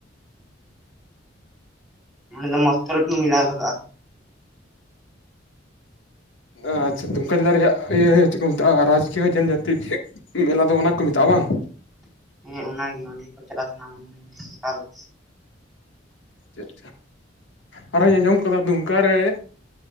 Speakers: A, in the centre; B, on the left.
A: ᱢ <unintelligible> ᱫᱚ ᱢᱚᱥᱛᱚᱨ ᱴᱩ ᱢᱤᱞᱟᱜᱫᱟ᱾
B: ᱟᱪᱪᱷᱟ ᱛᱢᱠᱟ ᱡᱮᱞᱟ ᱤᱭᱟᱹ ᱪᱮᱫ ᱠᱚ ᱢᱮᱛᱟᱜ-ᱟ, ᱨᱟᱠᱤᱭ ᱡᱚᱱᱚᱛᱡᱟᱛᱤ? ᱢᱮᱞᱟ ᱫᱚ ᱚᱱᱟ ᱠᱚ ᱢᱮᱛᱟᱜᱼᱟ ᱵᱟᱝ᱾
A: ᱦᱮᱸ ᱚᱱᱟᱜᱮ ᱚᱸᱰᱮ ᱠᱚ ᱪᱟᱞᱟᱜ ᱥᱟᱱᱟ᱾ <unintelligible>
B: ᱪᱮᱫ? ᱟᱨ ᱦᱚᱸᱧ ᱟᱸᱡᱚᱢ ᱠᱟᱫᱟ ᱫᱩᱢᱠᱟ ᱨᱮ,